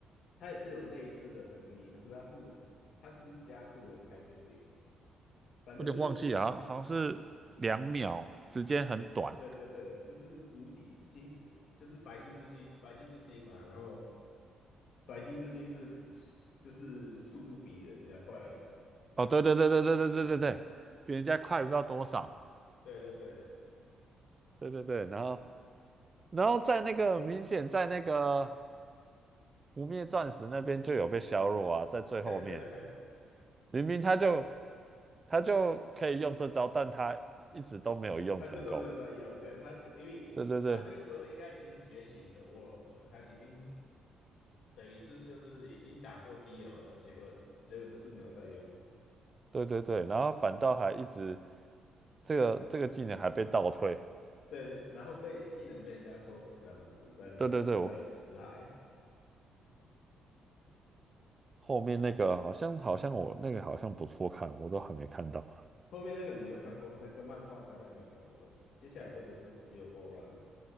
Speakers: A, on the left; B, on the right.
A: 他也是有类似的能力，可是他是他是不是加速我也不太确定，反正就是。
B: 我有点忘记了好像好像是两秒，时间很短。
A: 对对对，就是无敌星，就是白星之星，白金之星嘛。然后白金之星是就是速度比人家快。
B: 哦，对对对对对对对对对，比人家快不知道多少。
A: 对对对
B: 对对对，然后然后在那个明显在那个不灭钻石那边就有被削弱啊，在最后面，
A: <laughs> 对啊，
B: 明明他就他就可以用这招，但他一直都没有用成功。
A: 他就都没有在用。对他明明他那个时候应该已经觉醒的
B: 对对对，
A: World 了，他已经等于是就是已经打过 Dio 了，结果结果就是没有在用。
B: 对对对，然后反倒还一直这个这个技能还被倒退。
A: 对，然后被技能被人家偷走这样子，在那个在辞海。
B: 对对对，我后面那个好像好像我那个好像不错看，我都还没看到，
A: 后面那个你没有看过吗？那个漫画大概没有看过。接下来这个是 Steel Ball Run，